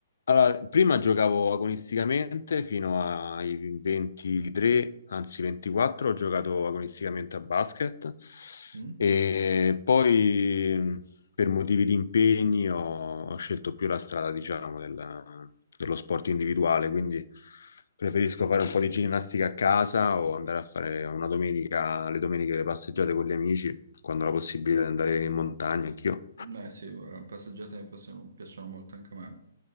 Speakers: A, on the left; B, on the right.
A: Allora, prima giocavo agonisticamente fino ai 23, anzi 24, ho giocato agonisticamente a basket
B: Mm?
A: e poi mh, per motivi di impegni ho, ho scelto più la strada, diciamo, della- dello sport individuale, quindi preferisco fare un po' di ginnastica a casa o andare a fare una domenica, le domeniche le passeggiate con gli amici, quando ho la possibilità di andare in montagna, anch'io.
B: Beh, sì, guarda, passeggiate mi piacciono, piacciono molto anche a me.